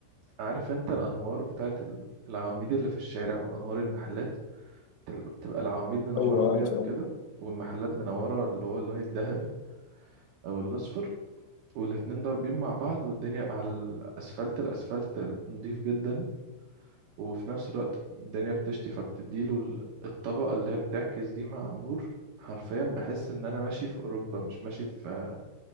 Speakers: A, on the right (about 75°); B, on the left (about 80°).
A: عارف أنت الأنوار بتاعت ال- العواميد اللي في الشارع وأنوار المحلات تل- تبقى العواميد منورة
B: ايوه
A: أبيض
B: عارف أه
A: كده والمحلات منورة اللي هو اللون الذهبي أو الأصفر والاتنين ضاربين مع بعض والدنيا على الأسفلت الأسفلت نضيف جدا وفي نفس الوقت الدنيا بتشتي فبتديله ال- الطبقة اللي هي بتعكس دي مع النور حرفيا بحس إن أنا ماشي في أوروبا مش ماشي في